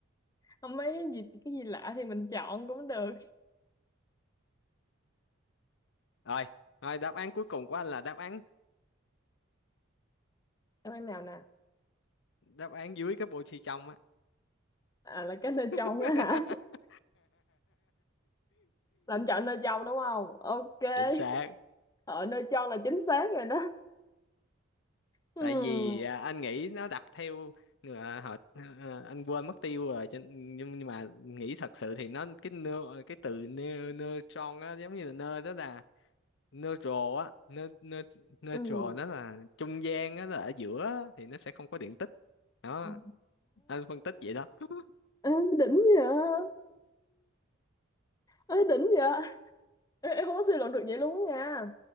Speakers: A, on the left; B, on the left.
A: không mấy cái gì cái gì lạ thì mình chọn cũng được
B: rồi rồi đáp án cuối cùng của anh là đáp án
A: em ăn nào nè
B: đáp án dưới cái Boxy trong á
A: à là cái nơi
B: <laughs>
A: trong á hả <laughs> là anh chọn nơi trong đúng không ok
B: chính xác
A: <laughs> ở nơi trong là chính xác rồi đó ừ
B: tại vì à, anh nghĩ nó đặt theo à, họ à, anh quên mất tiêu rồi cho- nhưng nhưng mà nghĩ thật sự thì nó cái nơ cái từ nơ nơ tròn á giống như là nơ đó là neutral á ne, ne, neutral
A: ừ
B: nó là trung gian á nó là ở giữa á, thì nó sẽ không có điện tích đó
A: Ồ,
B: anh phân tích vậy đó <laughs>
A: ê, đỉnh vậy ê, đỉnh vậy ê, em không có suy luận được vậy luôn á nha